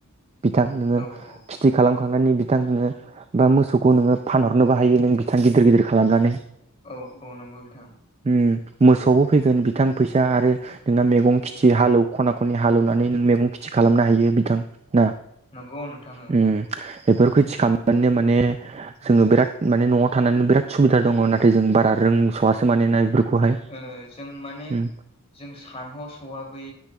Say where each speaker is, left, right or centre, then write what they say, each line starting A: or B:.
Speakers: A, on the right; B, on the left.
A: बिथां नोङो
B: औ औ
A: फिथि खालामखांनायनि
B: औ
A: बिथां नोङो बा मोसौखौ नोङो फानहरनोबो हायो नों बिथां गिदिर गिदिर खालामनानै
B: औ औ नंगौ बिथां
A: ओ मोसौबो फैगोन बिथां फैसा आरो नोंना मैगं खेथि हालौ खना खन हालेवनानै मैगं खेथि खालामनो हायो बिथां ना
B: नंगौ नोंथां औ
A: बेफोरखौ
B: नंगौ
A: थिखांनानैनो माने जोङो बिराद माने न'आव थानानै बिराद सुबिदा दङ नाथाय जों बारा रोंस' आसो मानोना बेफोरखौहाय
B: ओ जों माने
A: उम
B: जों सानहसवा बै